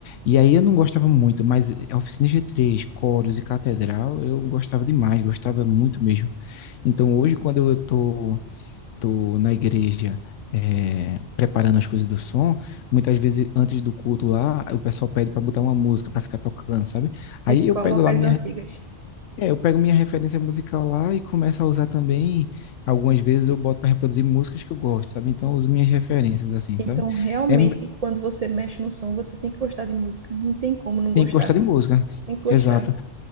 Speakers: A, on the left; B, on the right.
A: E aí eu não gostava muito, mas a Oficina G3, Coros e Catedral, eu gostava demais, gostava muito mesmo. Então hoje, quando eu tô tô na igreja é, preparando as coisas do som, muitas vezes antes do culto lá, o pessoal pede para botar uma música para ficar tocando, sabe?
B: Aí
A: Aí
B: tu
A: eu
B: coloca
A: pego lá
B: as
A: minha,
B: antigas.
A: é, eu pego minha referência musical lá e começo a usar também. Algumas vezes eu boto para reproduzir músicas que eu gosto, sabe? Então eu uso minhas referências assim,
B: Então,
A: sabe?
B: realmente,
A: É,
B: quando você mexe no som, você tem que gostar de música. Não tem como não gostar.
A: tem que gostar de música.
B: Tem que gostar.
A: Exato.